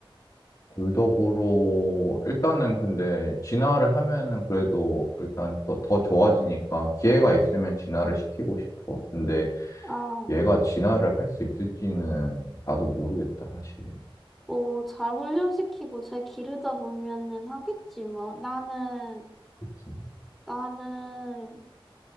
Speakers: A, on the left; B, in the centre.
A: 골덕으로 일단은 근데 진화를 하면은 그래도 일단 더, 더 좋아지니까 기회가 있으면 진화를 시키고 싶어. 근데
B: 아,
A: 얘가 진화를 할 수 있을지는 나도 모르겠다, 사실.
B: 오, 잘 훈련시키고 잘 기르다 보면은 하겠지, 뭐. 나는,
A: 그치? 응.
B: 나는,